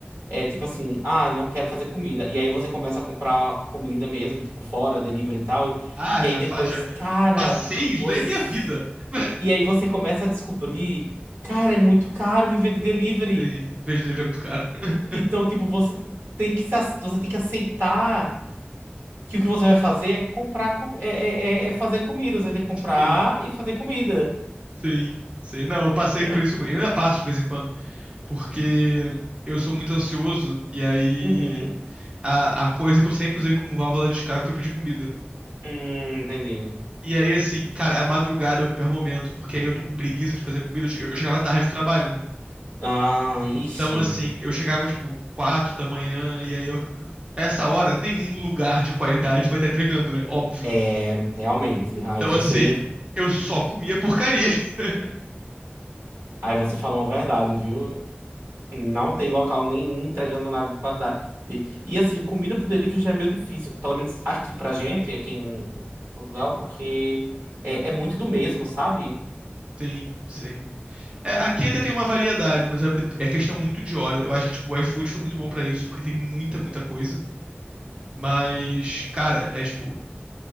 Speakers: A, on the right; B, on the right.
A: é tipo assim, ah, não quero fazer comida. E aí você começa a comprar comida mesmo, tipo fora, delivery e tal.
B: Ah,
A: E
B: já,
A: aí depois,
B: fa- já
A: cara,
B: passei isso,
A: você.
B: daí é minha vida. <laughs>
A: E aí você começa a descobrir, cara, é muito caro viver de delivery.
B: Sim, vez delivery é muito caro. <laughs>
A: Então, tipo, você tem que se, ac- você tem que aceitar que o que você vai fazer é comprar com, é, é, é é fazer comida. Você vai ter que comprar
B: Sim,
A: e fazer comida.
B: sim, sim. Não, eu passei
A: Ah,
B: por isso muito. Eu ainda passo de vez em quando, porque eu sou muito ansioso e aí
A: Uhum.
B: a, a coisa que eu sempre usei como válvula de escape foi pedir comida.
A: Hum, entendi.
B: E aí, assim, cara, a madrugada é o pior momento, porque aí eu tô com preguiça de fazer comida. Eu che- eu chegava tarde do trabalho, né?
A: Ah, ixi.
B: Então, assim, eu chegava, tipo, quatro da manhã, e aí eu. Essa hora, nenhum lugar de qualidade vai estar entregando, né? Óbvio.
A: É, realmente. Aí
B: Então,
A: você,
B: assim, eu só comia porcaria. <laughs>
A: aí você falou uma verdade, viu? Não tem local nenhum entregando nada de qualidade. E, e assim, comida por delivery já é meio difícil, pelo menos aqui pra gente, aqui em em Portugal, porque é, é muito do mesmo, sabe?
B: Sim, sim. É, aqui até tem uma variedade, mas é, é questão muito de hora. Eu acho que, tipo, o iFood foi muito bom pra isso, porque tem muita, muita coisa. Mas, cara, é tipo,